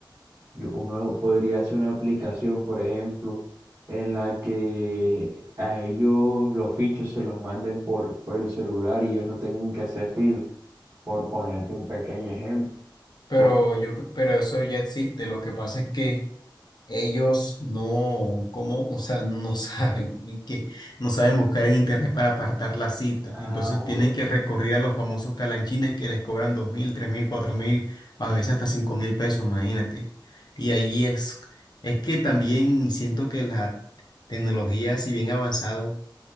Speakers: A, on the right (about 45°); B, on the left (about 55°).
A: Yo- uno podría hacer una aplicación, por ejemplo, en la que a ellos los fichos se los manden por, por el celular y ellos no tengan que hacer filas, por ponerte un pequeño ejemplo.
B: Pero
A: Por,
B: yo, cre- pero eso ya existe. Lo que pasa es que Ellos no, ¿cómo? O sea, no <laughs> saben, es que no saben buscar en internet para apartar la cita.
A: ah,
B: Entonces
A: bueno.
B: tienen que recurrir a los famosos calanchines que les cobran dos mil, tres mil, cuatro mil, a veces hasta cinco mil pesos, imagínate. Y ahí es, es que también siento que la tecnología, si bien ha avanzado,